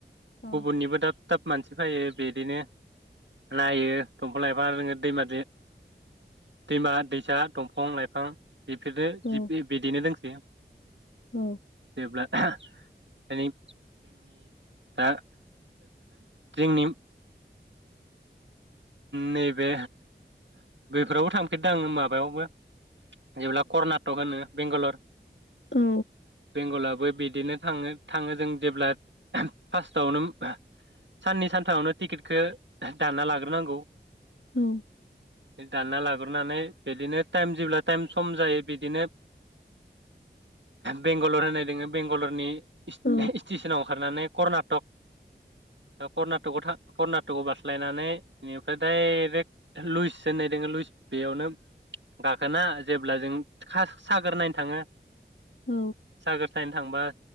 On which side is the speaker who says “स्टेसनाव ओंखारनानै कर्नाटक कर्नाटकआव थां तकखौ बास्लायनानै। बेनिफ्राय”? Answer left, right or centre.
Right